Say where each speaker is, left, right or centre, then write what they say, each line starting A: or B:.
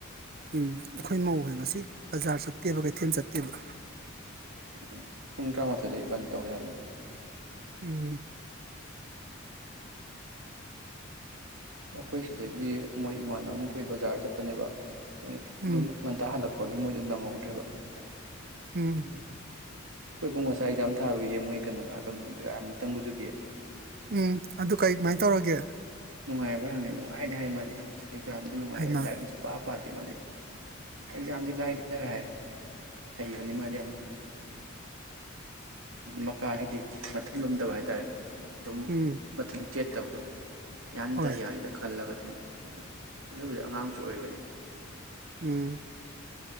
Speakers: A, on the right (about 45°); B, on the right (about 85°).
A: ꯎꯝ ꯑꯩꯈꯣꯏ ꯃꯧ ꯍꯣꯏ ꯉꯁꯤ ꯕꯖꯥꯔ ꯆꯠꯇꯦꯕ ꯀꯩꯊꯦꯜ ꯆꯠꯇꯦꯕ
B: ꯎꯝ ꯄꯨꯨꯡ ꯇ꯭ꯔꯥꯃꯊꯣꯏꯗꯒꯤ ꯕꯟ ꯇꯧꯋꯦ ꯍꯥꯢꯕꯅꯦ
A: ꯎꯝ
B: ꯑꯈꯣꯏ ꯁꯤ ꯑꯗꯒꯤ ꯃꯣꯏ ꯏꯃꯥꯟꯅꯕꯈꯣꯏ ꯕꯖꯥꯔ ꯆꯠꯄꯅꯦꯕ ꯑꯗꯨꯝ
A: ꯎꯝ
B: ꯉꯟꯇꯥ ꯍꯜꯂꯛꯄꯒꯤ ꯃꯣꯏꯗꯣ ꯅꯪꯍꯧꯗ꯭ꯔꯦꯕ ꯑꯩꯈꯣꯏ
A: ꯎꯝ
B: ꯄꯨꯡ ꯉꯁꯥꯏ ꯑꯦꯛꯖꯥꯝ ꯊꯥꯔꯨꯏꯌꯦ ꯃꯣꯏ ꯀꯩꯅꯣ ꯀꯩꯅꯣ ꯑꯗꯨꯒ ꯑꯥꯔꯃꯤ ꯆꯪꯕꯗꯨꯒꯤ
A: ꯎꯝ ꯑꯗꯨ ꯀꯩꯃꯥꯏ ꯇꯧꯔꯒꯦ
B: ꯅꯨꯡꯉꯥꯏꯕ꯭ꯔ ꯍꯪꯉꯦ ꯅꯨꯡꯉꯥꯏꯗ ꯍꯥꯏ ꯃꯥꯗꯤ ꯑꯦꯛꯖꯥꯝꯗꯤ ꯅꯨꯡꯉꯥꯏ
A: ꯍꯩꯃ
B: ꯂꯥꯏꯔꯤꯛꯅ ꯁꯨꯛꯄꯥ ꯄꯥꯗꯦ <unintelligible> ꯑꯦꯛꯖꯥꯝꯗꯤ ꯂꯥꯢꯗ ꯐꯥꯢ ꯍꯩꯕꯅꯤ ꯃꯥꯗꯤ ꯌꯥꯝꯅ ꯃꯀꯥ ꯍꯥꯏꯗꯤ ꯊꯜꯂꯨꯝꯗꯕ ꯍꯥꯏꯇꯥꯔꯦ ꯑꯗꯨꯝ
A: ꯎꯝ
B: ꯃꯥꯊꯟ ꯆꯦꯠ ꯇꯕꯗꯣ ꯌꯥꯅꯤꯗ
A: ꯍꯣꯏ
B: ꯌꯥꯅꯤꯗ ꯈꯜꯂꯒ ꯑꯗꯨꯝ ꯍꯥꯏꯗꯤ ꯑꯗꯨꯕꯨꯗꯤ ꯑꯉꯥꯡꯁꯨ ꯑꯣꯏꯔꯩꯅꯦ
A: ꯎꯝ